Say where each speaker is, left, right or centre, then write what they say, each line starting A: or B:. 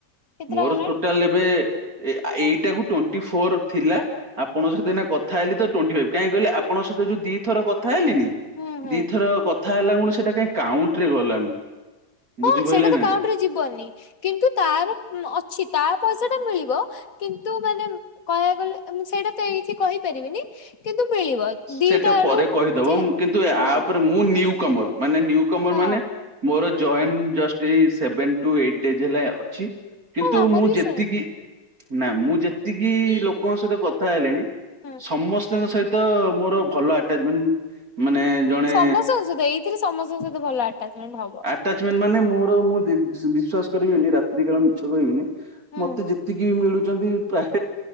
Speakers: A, on the left; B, on the right.
A: କେତେଟା
B: ମୋର
A: ଗଲାଣି
B: ଟୋଟାଲ୍ ଏବେ ଏ ଏଇଟାକୁ ଟ୍ୱେଣ୍ଟି ଫୋର ଥିଲା ଆପଙ୍କ ସହିତ ଏଇନା କଥା ହେଲି ତ ଟ୍ୱେଣ୍ଟି ଫାଇବ୍ କାହିଁକି କହିଲେ ଆପଙ୍କ ସହିତ ଯୋ ଦି ଥର କଥା ହେଲିନି
A: ହୁଁ ହୁଁ।
B: ଦିଥର କଥା ହେଲାକୁଣୁ ସେଟା କାହିଁ କାଉଣ୍ଟରେ ଗଲାନି ବୁଝିପାରିଲେ
A: ହଁ ସେଇଟା ତ
B: ନା
A: କାଉଉଣ୍ଟରେ
B: ନାଇଁ?
A: ଯିବନି କିନ୍ତୁ ତାର ଅଛି ତା ପଇସା ଟା ମିଳିବ କିନ୍ତୁ ମାନେ କହିବାକୁ ଗଲେ ମୁଁ ସେଇଟା ତ ଏଇଠି କହିପାରିବିନି କିନ୍ତୁ ମିଳିବ ଦିଟା
B: ସେଟା
A: ଆଡୁ
B: ପରେ କହିଦବ
A: ଯେ
B: ମୁଁ କିନ୍ତୁ
A: ହୁଁ
B: ଆପରେ ମୁଁ ନ୍ଯୁ କମର
A: କିନ୍ତୁ
B: ମାନେ ନ୍ୟୁ କମର
A: ହଁ
B: ମାନେ ମୋର ଜଏନ
A: ହଁ
B: ଜଷ୍ଟ ଏଇ ସେଭେନ ଟୁ ଏଇଟ୍ ଡେଜ୍ ହେଲା ଅଛି କିନ୍ତୁ
A: ହଁ ଆମର
B: ମୁଁ
A: ବି
B: ଯେତିକି
A: ସେମ୍
B: ନା ମୁଁ ଯେତିକି ଲୋକଙ୍କ ସହିତ କଥା ହେଲିଣି
A: ହୁଁ
B: ସମସ୍ତଙ୍କ ସହିତ ତ ମୋର ଭଲ ଆଟାଚମେଣ୍ଟ ମାନେ ଜଣେ
A: ସମସ୍ତଙ୍କ ସହିତ ଏଇଥିରେ ସମସ୍ତଙ୍କ ସହିତ ଭଲ ଆଟାଚମେଣ୍ଟ ହବ
B: ଆଟାଚମେଣ୍ଟ ମାନେ ମୋର, ମୁଁ ବିଶ୍ୱାସ କରିବିନି, ରାତ୍ରି କାଳ ମିଛ କହିବିନି।
A: ହୁଁ
B: ମତେ ଯେତିକି ବି ମିଳୁଛନ୍ତି, ପ୍ରାୟ